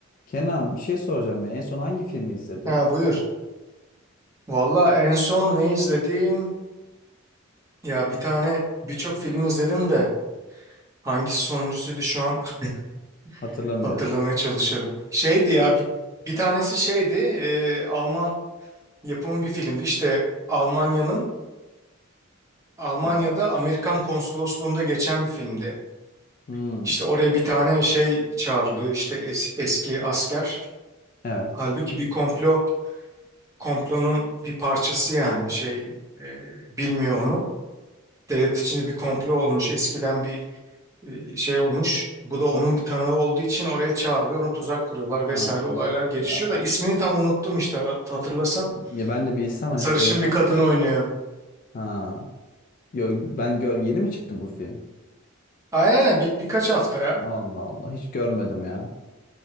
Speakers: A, on the left (about 40°); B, on the right (about 15°).
A: Kenan bir şey soracağım ya. En son hangi filmi izledi?
B: Ha buyur. Valla en son ne izledim? Ya bir tane birçok film izledim de hangisi sonuncusuydu şu an
A: Hatırlamıyorsun.
B: <laughs> hatırlamaya çalışıyorum. Şeydi ya bir, bir tanesi şeydi e, Alman yapımı bir filmdi İşte Almanya'nın Almanya'da
A: Evet.
B: Amerikan konsolosluğunda geçen bir filmdi.
A: Hmm,
B: İşte oraya bir tane şey çağrılıyor işte es- eski asker.
A: evet.
B: Halbuki bir komplo komplonun bir parçası yani şey e, bilmiyor onu. Devlet içinde bir komplo olmuş eskiden bir e, şey olmuş. Bu da onun bir tanığı olduğu için oraya çağrılıyor. Onu tuzak kuruyorlar vesaire
A: Aa,
B: olaylar gelişiyor
A: ya,
B: da ismini tam unuttum işte hat- hatırlasam.
A: ya ben de bilsem hani
B: Sarışın
A: söyleyeceğim
B: bir kadın
A: de.
B: oynuyor.
A: Ha. Yo, ben gör yeni mi çıktı bu film?
B: Aynen aynen bir, birkaç hafta ya.
A: Allah Allah hiç görmedim ya.